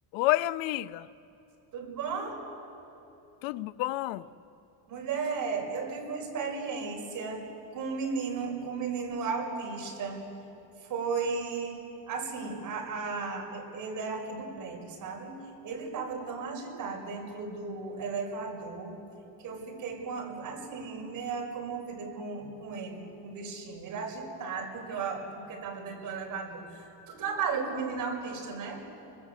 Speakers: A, on the left (about 80°); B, on the right (about 45°).
A: Oi, amiga,
B: Tudo bom?
A: tudo bom?
B: Mulher, eu tive uma experiência com um menino, com um menino autista. Foi assim, a, a- ele é aqui do prédio, sabe? Ele estava tão agitado dentro do elevador que eu fiquei com a- assim, meio comovida com, com ele, com o bichinho. Ele agitado porque eu, porque estava dentro do elevador. Tu trabalha com menino autista, né?